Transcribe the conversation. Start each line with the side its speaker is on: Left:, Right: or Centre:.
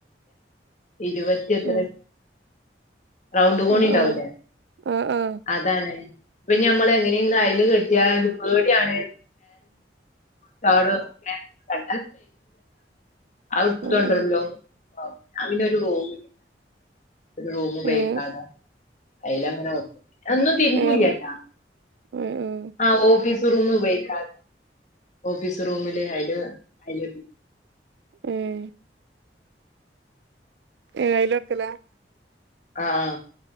Left: ഇരുപത്തി എത്ര
Right: ഉം
Left: റൗണ്ട് കോണി
Right: ആഹ്
Left: ഉണ്ടാവൂലേ
Right: ആഹ് ആഹ് ആഹ്
Left: അതാണ് പിന്നെ ഞമ്മൾ എങ്ങനെങ്കിലും അയല് കെട്ടിയ പേടിയാണ് ക്ക അത്തണ്ടരല്ലോ
Right: ആഹ്
Left: <unintelligible> ഞാൻ പിന്ന ഒരു റൂം ഒരു റൂം ഉപയോഗിക്കാണ്ട്
Right: ഏഹ്
Left: അയ്ലങ്ങന അന്നും തിരുമ്പൂല്ലട്ടാ
Right: ഏഹ് ഏഹ്
Left: ആ ഒ ബി ഓഫീസ് റൂമ് ഉപയോഗിക്കാൻ ഓഫീസ് റൂമിൽ അതിൽ
Right: ഉം ഏ ഇലോക്കല്ല <unintelligible>
Left: ആ ആ